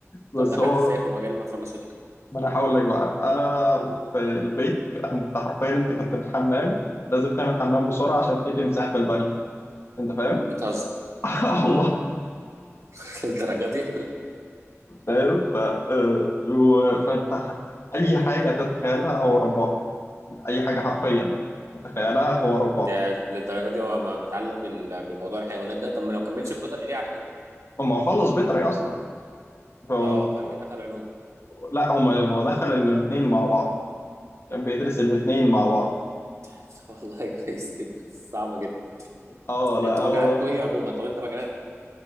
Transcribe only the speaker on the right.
طب دخلت
ازاي في مجال الفارماسيوتيكال
بتهزر
<laughs> للدرجه دي
يعني للدرجه دي هو ما- متعلق بال- بموضوع الحيوانات ده طب ما لو كملش في بيطري ليه على كده
اه وبعد كده دخل علوم
<laughs> طب والله كويس جدا صعبه جدا
انت مجالاتكوا
ايه عموما طب انت مجالاتك